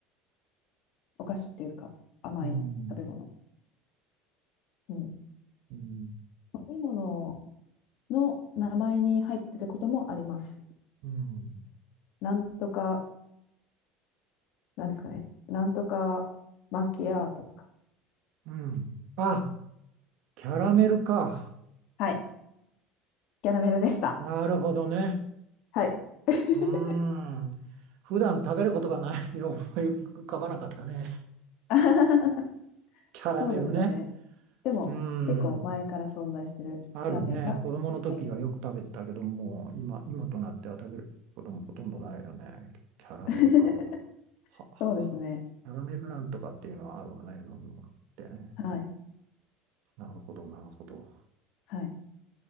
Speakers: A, on the left; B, on the right.
A: お菓子っていうか、甘い食べ物。
B: うん
A: うん。飲
B: うん。
A: み物の名前に入ってることもあります。
B: うん。
A: なんとか、なんですかね。なんとかマキアートとか。
B: うん。あ、キャラメルか。
A: はい。キャラメルでした。
B: なるほどね。
A: はい。<laughs>
B: うん。普段食べることがないんで思い浮かばなかったね。
A: あははは
B: キャラメルね。
A: そうですよね。でも、
B: うん。
A: 結構前から存在してるラメが入っ
B: あるね。子供の時はよく食べてたけども、今、今となっては食べることもほとんどないよね。キャラメルか。
A: <laughs>
B: ははは。
A: そうですね。
B: キャラメルなんとかっていうのはあるわね。飲むものってね。
A: はい。
B: なるほど、なるほど。
A: はい。